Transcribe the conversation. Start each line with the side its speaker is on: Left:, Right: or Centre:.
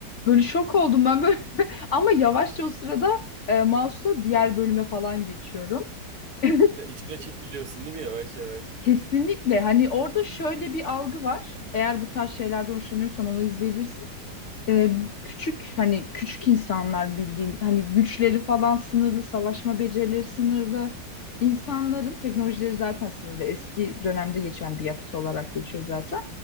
Left: Böyle şok oldum ben böyle. <laughs> Ama yavaşça o sırada e, mouse'la diğer bölüme falan geçiyorum. <laughs>
Right: De içine çekiliyorsun değil mi yavaş yavaş?
Left: Kesinlikle. Hani orada şöyle bir algı var. Eğer bu tarz şeylerden hoşlanıyorsan onu izleyebilirsin. Ee, küçük hani küçük insanlar bildiğin hani güçleri falan sınırlı, savaşma becerileri sınırlı. İnsanların teknolojileri zaten sınırlı. Eski dönemde geçen bir yapıt olarak geçiyor zaten.